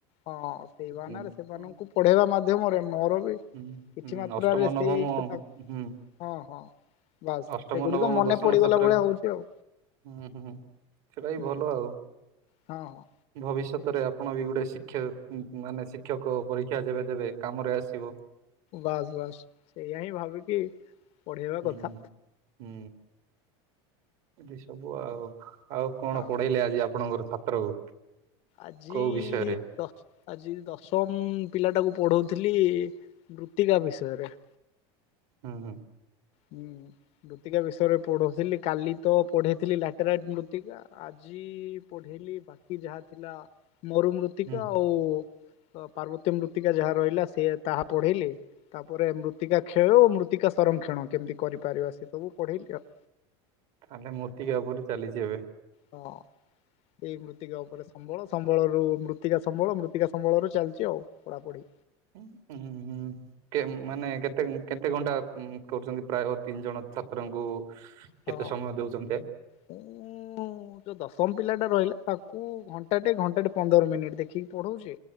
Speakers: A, on the left; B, on the right.
A: ହଁ ସେଇ ବାହାନାରେ
B: ଉଁ
A: ସେମାନଙ୍କୁ ପଢ଼େଇବା ମାଧ୍ୟମରେ ମୋର ବି
B: ହୁଁ ହୁଁ
A: କିଛି ମାତ୍ରାରେ
B: ଅଷ୍ଟମ
A: ସେଇ
B: ନବମ
A: ତା
B: ହୁଁ।
A: ହଁ ହଁ ବାସ୍ ସେଗୁଡିକ
B: ଅଷ୍ଟମ ନବମ
A: ମନେ
B: ଦଶମ
A: ପଡିଗଲା
B: ଛାତ୍ର
A: ଭଳିଆ ହଉଛି ଆଉ
B: ହୁଁ ହୁଁ ସେଟା ବି
A: ହୁଁ
B: ଭଲ ଆଉ
A: ହଁ।
B: ଭବିଷ୍ୟତରେ ଆପଣ ବି ଗୋଟେ ଶିକ୍ଷ ମାନେ ଶିକ୍ଷକ। ପରୀକ୍ଷା ଯେବେ ଦେବେ କାମରେ ଆସିବ।
A: ବାସ ବାସ୍ ସେଇୟା ହିଁ ଭାବିକି। ପଢେଇବା
B: ହୁଁ
A: କଥା
B: ହୁଁ ଏଠି ସବୁ ଆଉ ଆଉ କଣ
A: ହଁ
B: ପଢେଇଲେ ଆଜି ଆପଣଙ୍କର ଛାତ୍ରକୁ।
A: ଆଜି
B: କୋଉ ବିଷୟରେ
A: ଦଶ ଆଜି ଦଶମ ପିଲା ଟାକୁ ପଢଉଥିଲି ମୃତ୍ତିକା ବିଷୟରେ।
B: ହୁଁ ହୁଁ।
A: ହୁଁ ମୃତିକା ବିଷୟରେ ପଢୁଥିଲି କାଲି ତ ପଢେଇଥିଲି ଲାଟୋଇଟ ମୃତ୍ତିକା ଆଜି ପଢେଇଲିି ବାକି ଯାହା ଥିଲା ମରୁମୃତ୍ତିକା
B: ହୁଁ
A: ଆଉ ତ ପାର୍ବତୀ ମୃତ୍ତିକା ଯାହା ରହିଲା ସିଏ ତାହା ପଢେଇଲି। ତାପରେ ମୃତ୍ତିକା ଖେଳ ମୃତ୍ତିକା ସଂରମକ୍ଷଣ କେମିତି କରିପାରିବା ସେ ସବୁ ପଢେଇଲି ଆଉ।
B: ତାହେଲେ ମୋର୍ତିକା ଉପରେ ଚାଲିଛି ଏବେ।
A: ହଁ ଏଇ ମୃତ୍ୟୁ ମୃତ୍ତିକା ଉପରେ ସମ୍ବଳ ସମ୍ବଳ ରରୁ ମୃତିକା ସମ୍ବଳ ମୃତ୍ତିକା ସମ୍ବଳ ର ଚାଲିଛି ଆଉ ପଢାପଢି।
B: ହୁଁ ହୁଁ କେ ମାନେ କେତେ? କେତେ କେତେ ଘଣ୍ଟା କରୁଛନ୍ତି ପ୍ରାୟ ତିନି ଜଣ ଛାତ୍ରଙ୍କୁ କେତେ
A: ହଁ।
B: ସମୟ ଦଉଛନ୍ତି?
A: ମୁଁ ଯୋଉ ଦଶମ ପିଲା ଟା ରହିଲା ତାକୁ ଘଣ୍ଟାଟେ ଘଣ୍ଟାଟେ ପନ୍ଦର ମିନିଟ ଦେଖିକି ପଢଉଛି।